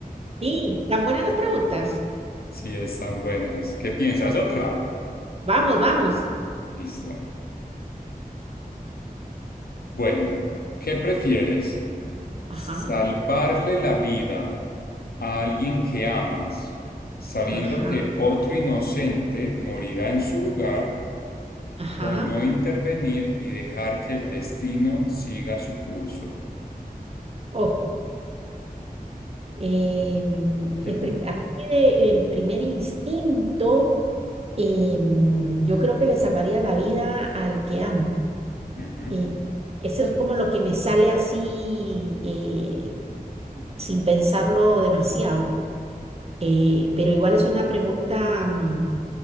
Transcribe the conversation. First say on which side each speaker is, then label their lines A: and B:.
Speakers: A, on the right; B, on the left.
A: Sí, tan buenas las preguntas.
B: Si están buenas. ¿Qué piensas? ¿Otra?
A: Vamos, vamos.
B: Listo. Bueno, ¿qué prefieres?
A: Ajá,
B: ¿Salvarle la vida a alguien que amas, sabiendo
A: ajá,
B: que otro inocente morirá en su lugar,
A: ajá.
B: o no intervenir y dejar que el destino siga su curso?
A: Oh, em,
B: <laughs>
A: el prim- así de, en primer instinto, em, yo creo que le salvaría la vida al que amo.
B: Ujú,
A: Eh, eso es como lo que me sale así eh, sin pensarlo demasiado. Eh, pero igual es una pregunta mm,